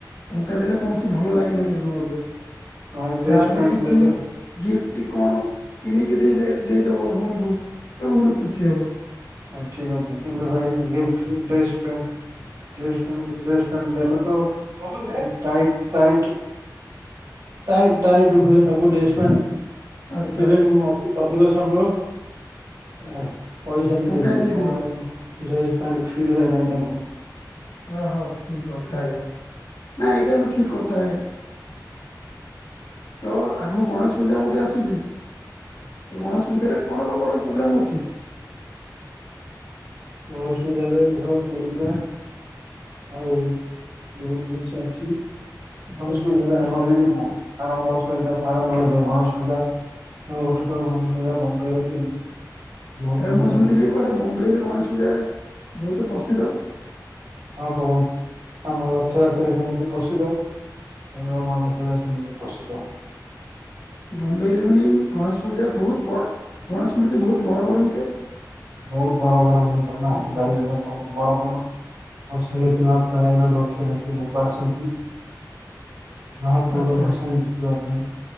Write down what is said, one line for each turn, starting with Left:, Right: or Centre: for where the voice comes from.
Left: ଟଙ୍କା ଦେଲେ କୌଣସି ଭଲ ଲାଗେନାହିଁ କେବେ ମଧ୍ୟ
Right: ଭାଇ ଡ୍ରେସ
Left: ଯାହାବି
Right: ପ୍ୟାଣ୍ଟ
Left: କିଛି
Right: ଦେଲେ
Left: ଗି -- ଫ୍ଟି କଣ କିଣିକି ଦେଇ ଦେଇଦବ ଭଉଣୀକୁ ତ ଭଉଣୀ ଖୁସି ହବ।
Right: ହ ଠିକ୍ ଅଛି କିନ୍ତୁ ଭାଇ ଗିଫ୍ଟ ଡ୍ରେସ ପେଣ୍ଟ- - ଡ୍ରେସ ପଣ୍ ଡ୍ରେସ ପ୍ୟାଣ୍ଟ ଦେଲେ ତ ଟାଇ ଟାଇଟ୍ -- ଟାଇଟ ଟାଇଟ୍ ହୁଏ ତାକୁ ଡ୍ରେସ ଫ୍ୟାଣ୍ଟ। ସେଥିପାଇଁ
Left: ଆଚ୍ଛା
Right: ମୁଁ ଆଜି ଅଧିକ ସମୟ ଆ ସବୁ
Left: ଟଙ୍କାଏ
Right: ଦେଇ ଦିଏ,
Left: ଦେଇଦିଅ
Right: କଣ ପାଇଁ ନା ଡ୍ରେସ୍ ପଣ୍ଟ ଫିଟ୍ ହୁଏ ନାହିଁ ତାକୁ।
Left: ଓହୋ, କି କଥା ଆଜ୍ଞା ନାଇଁ ଏଇଟା ବି ଠିକ୍ କଥା ଆଜ୍ଞା। ତ ଆଗକୁ ଗଣେଶ ପୂଜା ମଧ୍ଯ ଆସୁଛି। ତ ଗଣେଶ ରେ କଣ ତମୌର ପ୍ରୋଗ୍ରାମ୍ ଅଛି।
Right: ଗଣେଶ ପୂଜାରେ ଭଲ ବୁଲିବା। ଆଉ ବହୁତ ଜିନିଷ ଅଛି। ଗଣେଶ ପୂଜାରେ ଆମର ଏଇଠି ବହୁ ଆଡମ୍ବର ସହିତ ପାଳନ କରାଯାଏ ଗଣେଶ ପୂଜା। ମୁଁ ଗୋଟେ ଥର ଗଶେଶ ପୂଜା ବମ୍ବେରେ ଥିଲି। ବହୁତ
Left: ଆରେ
Right: ମଜା
Left: ମୁଁ ଶୁଣିଥିଲି
Right: ଲାଗିଲା
Left: କୁଆଡେ ବମ୍ବେଇରେ ଗଣେଶ ପୂଜା ବହୁତ ପ୍ରସିଦ୍ଧ?
Right: ହଁ ବହୁତ ଆମ ରଥଯାତ୍ରା ଯେମିତି ପ୍ରସିଦ୍ଧ। ବମ୍ବେର ଗଣେଶ ପୂଜା ସେମିତି ପ୍ରସିଦ୍ଧ।
Left: ବମ୍ବେରେ ମାନେ ଗଣେଶ ପୂଜା ବହୁତ ବଡ ଗଣେଶ ମୂର୍ତ୍ତି ବହୁତ ବଡ ବଡ ହେଇଥାଏ।
Right: ବହୁତ ବଡ ବଡ ହୁଏ ତୋମ ଆଖି ପାଇଯିବ <unintelligible> ବହୁତ ବଡ ବଡ। ଭଷାଣି ଦିନ ପ୍ରାୟ ଲକ୍ଷ ଲକ୍ଷ ଲୋକ ଆସନ୍ତି। ମହାପ୍ରଭୁର
Left: ଆଚ୍ଛା
Right: ଭଷାଣି ଦେଖିବା ପାଇଁ।